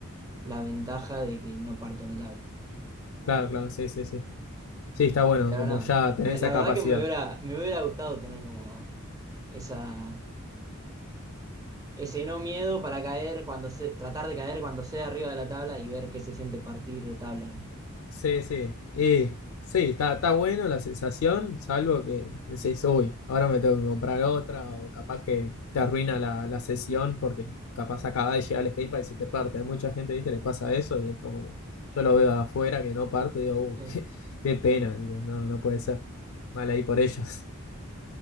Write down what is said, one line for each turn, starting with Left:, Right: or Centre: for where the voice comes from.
Right: la ventaja de que no parto la tabla.
Left: Claro,
Right: Pero,
Left: claro, sí, sí, sí. Sí, está bueno,
Right: pero
Left: como
Right: nada,
Left: ya tenés
Right: me-
Left: esa
Right: la
Left: capacidad.
Right: verdad que me hubiera, me hubiera gustado tener como esa, ese no miedo para caer cuando se, tratar de caer cuando sea arriba de la tabla y ver qué se siente partir de tablas.
Left: Sí, sí. Y sí, está, está bueno la sensación, salvo que decís, uy, ahora me tengo que comprar otra, o capaz
Right: ¿viste?
Left: que te arruina la, la sesión porque capaz acaba de llegar el skatepark y se te parte. A Mucha gente, viste, le pasa eso y es como que yo lo veo de afuera que no parto y digo, uh,
Right: Sí.
Left: <laughs> qué, qué pena, digo, no, no puede ser. Mal ahí por ellos. <laughs>